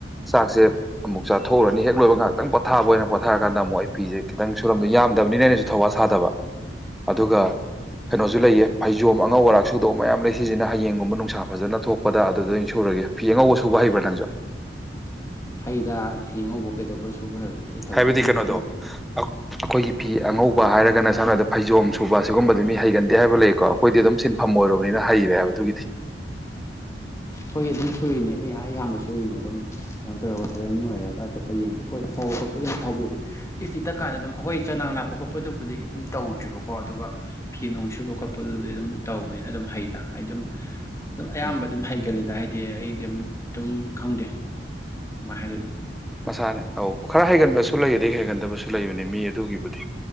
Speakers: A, in the centre; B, on the left.
A: ꯆꯥꯛꯁꯦ ꯑꯃꯨꯛ ꯆ ꯊꯣꯛꯎꯔꯅꯤ ꯍꯦꯛ ꯂꯣꯏꯕ ꯉꯍꯥꯛꯇꯪ ꯄꯣꯊꯥꯕ ꯑꯣꯏꯅ ꯄꯣꯊꯥꯔꯀꯥꯟꯗ ꯑꯃꯨꯛ ꯑꯩ ꯐꯤꯖꯦ ꯈꯤꯇꯪ ꯁꯨꯔꯝꯗꯣ ꯌꯥꯝꯗꯕꯅꯤꯅꯅꯦ ꯁꯨ ꯊꯋꯥ ꯁꯥꯗꯕ ꯑꯗꯨꯒ ꯀꯩꯅꯣꯁꯨ ꯂꯩꯌꯦ ꯐꯩꯖꯣꯝ ꯑꯉꯧ ꯑꯔꯥꯛ ꯁꯨꯗꯧ ꯃꯌꯥꯝ ꯂꯩ ꯁꯤꯁꯤꯅ ꯍꯌꯦꯡꯒꯨꯝꯕ ꯅꯨꯡꯁꯥ ꯐꯖꯅ ꯊꯣꯛꯄꯗ ꯑꯗꯨꯗ ꯑꯣꯏꯟ ꯁꯨꯔꯒꯦ꯫ ꯐꯤ ꯑꯉꯧꯕ ꯁꯨꯕ ꯍꯕ꯭ꯔꯥ ꯅꯪꯖꯣ?
B: ꯍꯩꯗ ꯐꯤ ꯑꯉꯧꯕꯨ ꯀꯩꯗꯧꯕꯩ ꯁꯨꯕ ꯍꯩꯔꯣꯏꯗꯤꯅꯣ ꯑꯩ ꯊꯑꯣꯏꯅ
A: ꯍꯥꯏꯕꯗꯤ
B: ꯑꯗꯨꯝ
A: ꯀꯩꯅꯣꯗꯣ
B: ꯁꯨꯏ
A: ꯑꯛ ꯑꯈꯣꯏꯒꯤ ꯐꯤ ꯑꯉꯧꯕ ꯍꯥꯏꯔꯒꯅ ꯁꯝꯅ ꯍꯥꯏꯕꯗ ꯐꯩꯖꯣꯝ ꯁꯨꯕ ꯁꯤꯒꯨꯝꯕꯖꯤ ꯃꯤ ꯍꯩꯒꯟꯗꯦ ꯍꯥꯏꯕ ꯂꯩꯀꯣ꯫ ꯈꯣꯏꯗꯤ ꯑꯗꯨꯝ ꯁꯤꯟꯐꯝ ꯑꯣꯏꯔꯨꯕꯅꯤꯅ ꯍꯩꯔꯦ ꯍꯥꯏꯕ ꯑꯗꯨꯒꯤꯗꯤ꯫
B: ꯍꯣꯏ ꯑꯗꯨꯝ ꯁꯨꯔꯤꯅꯦ ꯑꯩꯅ ꯑꯌꯥꯝꯕ ꯁꯨꯔꯤꯅꯦ ꯑꯗꯨꯝ꯫ ꯀꯟ ꯇꯧꯔꯒ ꯐꯖꯟ ꯅꯣꯏꯔꯒ ꯑꯇꯣꯞꯄ ꯌꯦꯡꯕ ꯍꯣꯏ ꯐꯧ ꯈꯣꯠꯄ ꯑꯗꯨꯝ ꯐꯧꯕꯤꯔꯅꯤ꯫ ꯏꯁꯇꯤ ꯇꯛꯀꯥꯟꯗ ꯑꯗꯨꯝ ꯑꯈꯣꯏ ꯆꯅꯥꯡ ꯂꯥꯛꯄ ꯈꯣꯠꯄꯗꯨꯕꯨꯗꯤ ꯑꯨꯝ ꯇꯧꯗ꯭ꯔꯤꯕꯀꯣ ꯑꯗꯨꯒ ꯐꯤ ꯅꯣꯡ ꯁꯨꯕ ꯈꯣꯠꯄꯗꯨꯕꯨꯗꯤ ꯑꯗꯨꯝ ꯇꯧꯕꯅꯤꯅ ꯑꯗꯨꯝ ꯍꯩꯗ ꯍꯥꯏ ꯗꯨꯝ ꯑꯗꯨꯝ ꯑꯌꯥꯝꯕ
A: ꯎꯝ
B: ꯑꯗꯨꯝ ꯍꯩꯒꯜꯂꯦꯗ ꯍꯥꯏꯗꯤ ꯑꯩꯗꯤ ꯑꯃꯝ ꯇꯨꯝ ꯈꯪꯗꯦ ꯀꯃꯥꯏꯟ ꯍꯥꯏꯗꯣꯏꯅꯣ꯫
A: ꯃꯁꯥꯅꯦ ꯑꯧ ꯈꯔ ꯍꯩꯒꯟꯕꯁꯨ ꯂꯩ ꯑꯗꯩ ꯍꯩꯒꯟꯗꯕꯁꯨ ꯂꯩꯕꯅꯦ ꯃꯤ ꯑꯗꯨꯒꯤꯕꯨꯗꯤ꯫